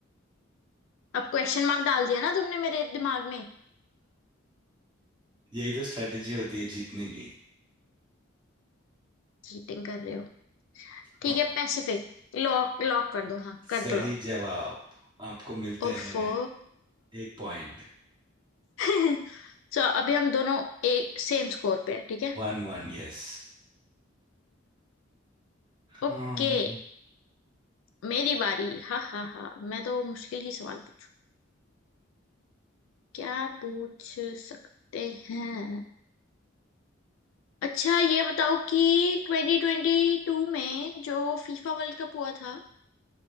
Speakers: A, on the left (about 75°); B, on the right (about 25°).
A: अब क्वेश्चन मार्क डाल दिया ना तुमने मेरे दिमाग में
B: यही तो स्ट्रेटेजी होती है जीतने की
A: चीटिंग कर रहे हो ठीक
B: <laughs>
A: है पैसिफिक लॉक लॉक कर दो हाँ कर
B: सही
A: दो लॉक
B: जवाब आपको मिलते
A: ओफो
B: हैं एक point
A: <laughs> सो अभी हम दोनों एक सेम स्कोर पे हैं ठीक है
B: One one yes
A: ओके
B: um,
A: मेरी बारी हा हा हा मैं तो मुश्किल ही सवाल पूछ क्या पूछ सकते हैं अच्छा ये बताओ कि 2022 में जो फीफा वर्ल्ड कप हुआ था